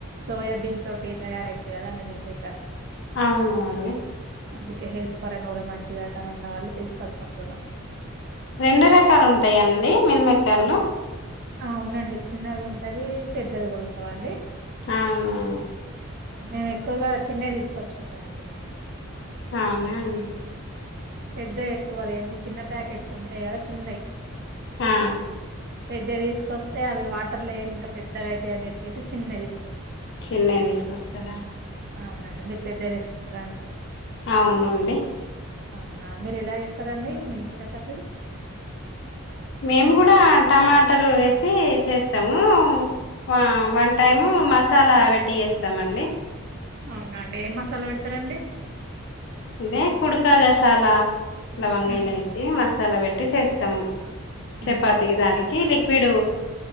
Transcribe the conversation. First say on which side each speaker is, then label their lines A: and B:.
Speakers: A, on the right; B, on the left.
A: సోయాబీన్ తోటి తయారయితది కదా అండి మిల్మికర్స్.
B: అవును అండి.
A: అందుకే హెల్త్ పరంగా కూడా మంచిదట అని అన్నవాళ్ళు తిసుకొచ్చుకుంటున్నాం.
B: రెండు రకాలు ఉంటాయా అండి మిల్ మేకర్లు
A: అవునండి చిన్నవి ఉంటవి పెద్దవి కూడా ఉంటావి అండి
B: అవునవును
A: మేము ఎక్కువగా చిన్నవి తీసుకొచ్చుకుంటామండి.
B: అవునా అండి
A: పెద్దవి ఎక్కువదేను చిన్న ప్యాకెట్స్ ఉంటాయి కదా చిన్నయి
B: ఆ!
A: పెద్దయి తీసుకొస్తే అవి వాటర్లో ఎయంగా ఇంకా పెద్దగా అయితాయి అని చెప్పేసి చిన్నయి తీసు
B: చిన్నయి తీసుకొస్తారా
A: అవునండి మీరు పెద్దయి తెచ్చుకుంటారా అండి
B: అవునండి
A: అవునా మీరు ఎలా చేస్తారండి మిల్ మేకర్ కర్రీ
B: మేము కూడా టమాటాలు వేసి చేస్తాము వ వన్ టైము మసాలా పెట్టి చేస్తామండి
A: అవునా అండి ఏం మసాలా పెడతారండి
B: ఇదే కుడకా గసాలా లవంగా
A: హుహ్
B: ఇలైచి మసాలా పెట్టి చేస్తం.
A: హుహ్
B: చపాతికి దానికి లిక్విడ్